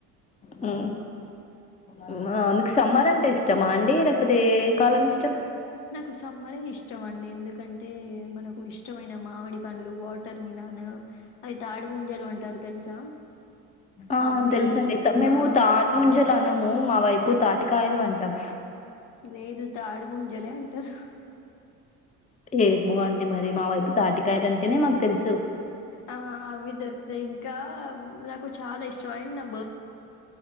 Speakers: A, on the left (about 15°); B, on the left (about 60°).
A: హ్మ హ్మ మీకు సమ్మర్ అంటే ఇష్టమా అండి లే కపోతే ఏ కాలంఇష్టం
B: నాకు సమ్మరే ఇష్టం అండి ఎందుకంటే మనకు ఇష్టమైన మామిడి పండ్లు వాటర్ మిలన్ అవి తాడు ముంజలు అంటారు తెలుసా
A: ఆ
B: అవి
A: తెలుసండి మేము
B: ఆ
A: తాటిముంజలు అనము మా వైప్ తాటికాయలు అంటాం
B: లేదు తాడుముంజలే అంటారు
A: ఏమో అండి మరి మా వైపు తాటికాయలు అంటేనే మాకు తెలుసు
B: ఆ అవి దొరుకుతాయి ఇంకా నాకు చాలా ఇష్టం అండ్. నా బ